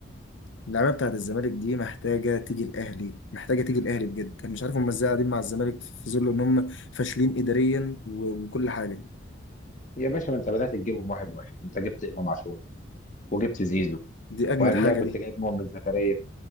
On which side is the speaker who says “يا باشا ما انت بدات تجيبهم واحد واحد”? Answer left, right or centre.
Left